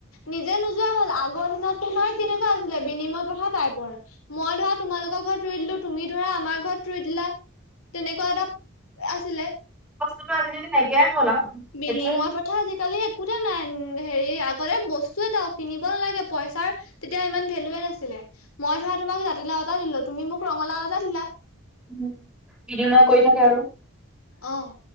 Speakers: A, on the left; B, in the centre.
A: নিজে নোযোৱা হল আগৰ দিনত তোমাৰ কেনেকুৱা আছিলে বিনিময় কথা পাই পৰ মই ধৰা তোমালোকৰ ঘৰত ৰই দিলো তুমি ধৰা আমাৰ ঘৰত ৰৰুই দিলা তেনেকুৱা এটা আছিলে
B: বস্তুতটো আজিকালি নাইকিয়াই হল আৰু
A: বিনিময়
B: একো
A: শা আজিকালি একোতে নাই হেৰি আগতে বস্তু এটা কিনিব নালাগে পইচাৰ তেতিয়া ইমান ভেলুৱে নাছিলে মই ধৰা তোমাক জাতিলাও এটা দিলো তুমি মোক ৰঙালাওজটা দিলা
B: উ বিনিময় কৰি থাকে আৰু
A: অ